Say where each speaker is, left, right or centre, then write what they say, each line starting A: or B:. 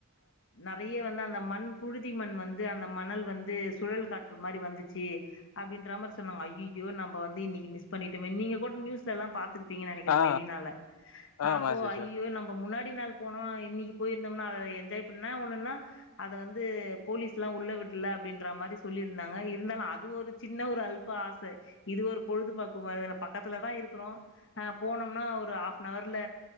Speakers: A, on the left; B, on the left.
A: நிறைய வந்து அந்த மண் புழுதி மண் வந்து அந்த மணல் வந்து சுழல் காற் று மாரி வந்துச்சு அப்படின்ற மாரி சொன்னாங்க ஐய யோ நம்ம வந்து இன்னைக்கு மிஸ் பண்ணிட்டோமே நீங்க கூட நியூஸ்ல எல்லாம் பாார்த்திருப்பீங்க நினைக்கிறன்
B: ஆ
A: மெரினால நாப்போ
B: ஆமா சிஸ்டர்
A: ஐ ஐயோ நம்ம முன்னாடி டி நாள் போனோ இன்னைக்கு போயிருந்தோம்னா அத என்ஜாய் பண்ண ஒன்னா ஒன்னுனா அதை வந்து போலீஸ் எல்லா உள்ள விடல அப்படின்ற மாரி சொல்லியிருந்தாங்க இருந்தாலு அது ஒரு சின்ன ஒரு அல்பா ஆச இது ஒரு பொழுது பா்க்கு மாரிதான பக்கத்துல தான் இருக்கிறோ ஹ போனோம்னா ஒரு ஆஹாப்ன்ர்ல